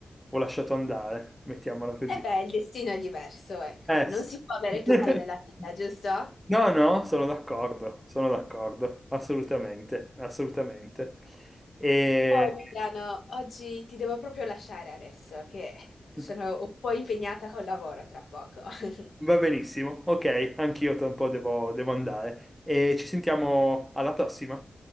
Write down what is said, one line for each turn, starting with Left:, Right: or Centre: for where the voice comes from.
Centre: ho lasciato andare, mettiamola così.
Left: E beh, il destino è diverso, ecco,
Centre: Eh
Left: non
Centre: sì.
Left: si può avere
Centre: <laughs>
Left: tutto nella vita, giusto?
Centre: No, no, sono d'accordo, sono d'accordo, assolutamente, assolutamente. E...
Left: Oh, Emiliano, oggi ti devo proprio lasciare adesso che sono
Centre: <laughs>
Left: un po' impegnata col lavoro tra poco. <laughs>
Centre: Va benissimo, ok, anch'io tra un po' devo, devo andare. E ci sentiamo alla prossima.